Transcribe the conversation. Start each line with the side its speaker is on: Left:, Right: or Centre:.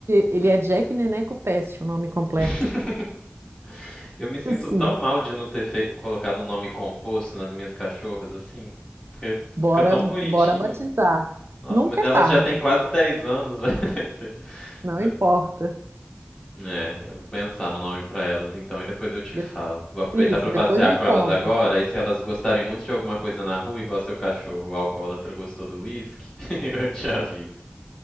Right: ele é Jack Neneco Peste, o nome completo.
Left: <laughs> Eu me sinto
Right: Assim,
Left: tão mal de não ter fei- colocado um nome composto nas minhas cachorras, assim. Porque
Right: bora,
Left: fica tão bonitinho.
Right: bora batizar.
Left: Nossa,
Right: Nunca
Left: mas
Right: é
Left: elas
Right: tarde,
Left: já têm quase 10 anos, <laughs> vai ser-
Right: não
Left: eu,
Right: importa.
Left: é, eu vou pensar no nome pra elas então e depois eu te
Right: De-
Left: falo. Vou aproveitar
Right: Isso,
Left: pra passear
Right: depois me
Left: com
Right: conta.
Left: elas agora, aí se elas gostarem muito de alguma coisa na rua, igual seu cachorro, o alcoólatra gostou do whisky, <laughs> eu te aviso.